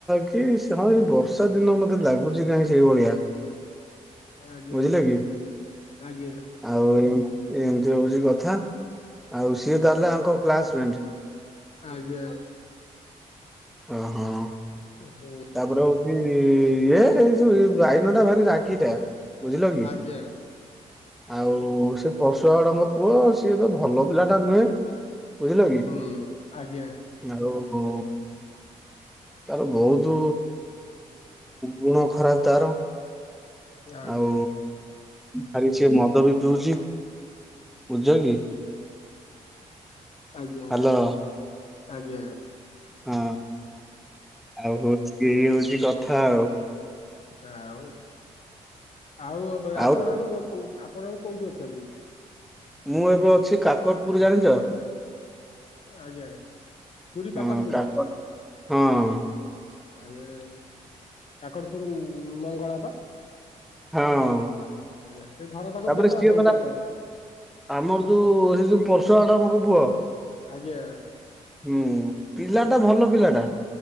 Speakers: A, in the centre; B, on the left (about 45°).
A: କି ହଁ ସେ ଏଇ ବର୍ଷା ଦିନ ମତେ ଲାଗୁଛି କାହିଁ ସେଇଭଳିଆ। <inaudible>
B: ଆଜ୍ଞା
A: ବୁଝିଲେ କି।
B: ଆଜ୍ଞା।
A: ଆଉ ଏ ଏମିତି ହଉଛି କଥା। ଆଉ ସିଏ ତାହାଲେ ଆଙ୍କ କ୍ଲାସ ମେଣ୍ଟ?
B: ଆଜ୍ଞା।
A: ଓହୋ।
B: ଉହୁଁ।
A: ତାପରେ ହଉଛି ଏ ଏଇ ଯୋଉ ବାଇନ ଟା ଭାରି ରାଗିଟା। ବୁଝିଲ କି
B: ଆଜ୍ଞା।
A: ଆଉ ସେ ପର୍ଶୁଆ ବଡାଙ୍କ ପୁଅ ସିଏ ତ ଭଲ ପିଲା ଟା ନୁହେଁ ବୁଝିଲ କି
B: ହୁଁ ଆଜ୍ଞା
A: ଆଉ ତାର ବହୁତ ଯୋଉ ଗୁଣ ଖରାପ ତାର।
B: ଆଜ୍ଞା
A: ଆଉ ଭାରି ସିଏ ମଦ
B: ହୁଁ
A: ବି ପିଉଛି ବୁଝ କି।
B: ଆଜ୍ଞା
A: ହ୍ୟାଲୋ
B: ଆଜ୍ଞା।
A: ହଁ ଆଉ ହୋଉଛି ଏଇ ହୋଉଛି କଥା ଆଉ।
B: ଆଉ ଆଉ
A: ଆଉ
B: ଆପଣ ଏବେ କୋ ଆପଣ ଏବେ କୋଉଠି ଅଛନ୍ତି?
A: ମୁଁ ଏବେ ଅଛି କାକଟପୁର ଜାଣିଛ?
B: ଆଜ୍ଞା ପୁରୀ
A: ହଁ
B: କାକଟପୁର।
A: କାକଟ ହଁ
B: ଆ କାକଟପୁର ମଙ୍ଗଳା ପା।
A: ହଁ
B: ଆଜ୍ଞା ସେ ଘର ପାଖରୁ
A: ତାପରେ
B: କେତେ
A: ସିଏ
B: ବାଟ
A: ଗଲା
B: ହଉଛି ଆପଣଙ୍କ?
A: ଆମର ଯୋଉ ହେ ଯୋଉ ପରର୍ଶୁଆଳ ଟା ଆମର ପୁଅ
B: ଆଜ୍ଞା।
A: ହୁଁ ପିଲା ଟା ଭଲ ପିଲା ଟା